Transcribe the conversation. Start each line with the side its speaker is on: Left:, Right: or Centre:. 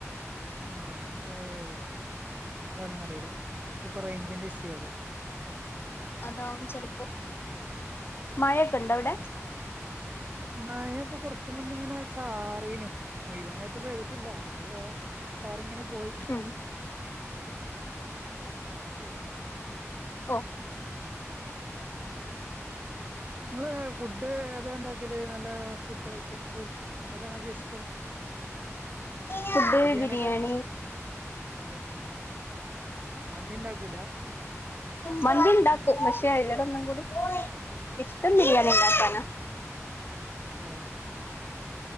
Right: ആ അത് എന്താണെന്നറീല ചെലപ്പോ റേഞ്ചി്റെ ഇഷ്യൂയാക്കാരം.
Left: അതാവും ചെലപ്പോ, മഴയൊക്കെ ഉണ്ടോ അവിടെ
Right: മഴയിപ്പം കൊറച്ച് മുന്നെങ്ങണ ചാ റീനു മുയ്വനായിട്ട് പെയ്ത് ട്ടില്ല അങ്ങനെ ചെ ചാറിങ്ങനെ പോയി
Left: ആൺ
Right: പോണ്
Left: ഓ
Right: നിങ്ങള് ഫുഡ് ഏതാണ്ടാക്കല് നല്ല ഫുഡ് ഐറ്റംസ് ഏതങ്ങക്ക് ഇഷ്ടം
Left: ഫുഡ്
Right: ബിരിയാണിയൊക്കെ
Left: ബിരിയാണി
Right: ബിരിയാണിയോ മന്തി ഇണ്ടാക്കൂല
Left: മന്ദിണ്ടാ ക്കും പക്ഷെ അലേര ഒന്നുംടി ഇഷ്ടം ബിരിയാണി ഇണ്ടാക്കാനാ
Right: എ